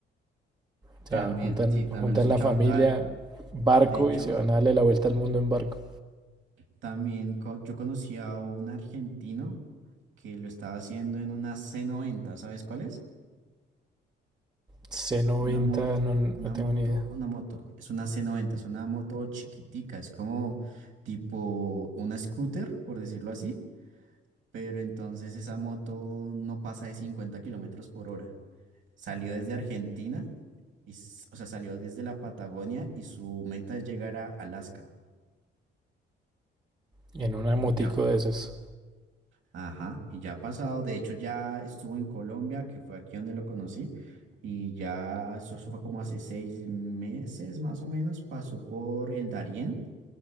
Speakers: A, on the right (about 20°); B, on the right (about 80°).
A: O
B: También,
A: sea, juntan,
B: sí, también
A: juntan
B: lo he escuchado.
A: la familia,
B: Ah,
A: barco
B: de hecho,
A: y se van a darle la vuelta al mundo en barco.
B: también co- yo conocí a un argentino que lo estaba haciendo en una c noventa, ¿sabes cuál es?
A: C90,
B: Una, mo-
A: no, no
B: una
A: tengo
B: moto,
A: ni idea.
B: una moto, es una c noventa es una moto chiquitica, es como tipo una scooter, por decirlo así, pero entonces esa moto no pasa de 50 kilómetros por hora. Salió desde Argentina, y, s- o sea, salió desde la Patagonia y su meta es llegar a Alaska.
A: Y en una motico
B: Y ya
A: de esas.
B: Ajá, y ya ha pasado, de hecho ya estuvo en Colombia, que fue aquí donde lo conocí, y ya eso, eso fue como hace seis meses más o menos, pasó por el Darién